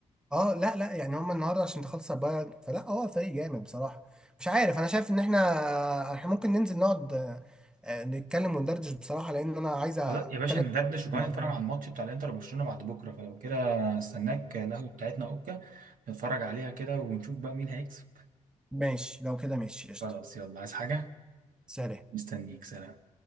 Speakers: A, in the centre; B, on the right.
A: اه لا لا يعني هم النهارده عشان تخلص على بايرن فلا هو فريق جامد بصراحه مش عارف انا شايف ان احنا احنا ممكن ننزل نقعد آه، آه، نتكلم وندردش بصراحه لان انا عايز اتكلم
B: خلاص يا باشا ندردش
A: في
B: وكمان
A: الموضوع
B: نتفرج
A: ده
B: على الماتش بتاع الانتر وبرشلونه بعد بكره فلو كده استناك القهوه بتاعتنا اوكا نتفرج عليها كده ونشوف بقى مين هيكسب
A: ماشي لو كده ماشي قشطه
B: خلاص يلا عايز حاجه
A: سلام
B: مستنيك سلام